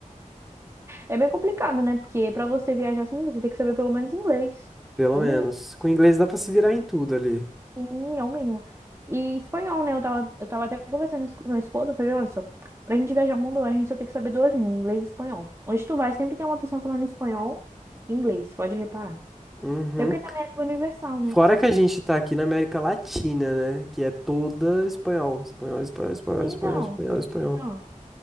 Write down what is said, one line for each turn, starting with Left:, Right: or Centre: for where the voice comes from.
Right: É bem complicado, né? Porque pra você viajar assim, você tem que saber pelo menos inglês.
Centre: pelo
Right: É
Centre: menos.
Right: o mínimo,
Centre: Com inglês dá pra se virar em tudo ali.
Right: Sim, é o mínimo. E espanhol, né? Eu tava, eu tava até conversando isso com meu esposo. Eu falei, olha só, pra gente viajar o mundo, a gente só tem que saber duas línguas, inglês e espanhol. Onde tu vai, sempre tem uma pessoa falando espanhol e inglês, pode reparar.
Centre: Uhum.
Right: Até porque também é língua universal,
Centre: Fora
Right: né?
Centre: que a gente tá aqui na América Latina, né? Que é toda espanhol. Espanhol, espanhol, espanhol,
Right: Então,
Centre: espanhol, espanhol, espanhol.
Right: então.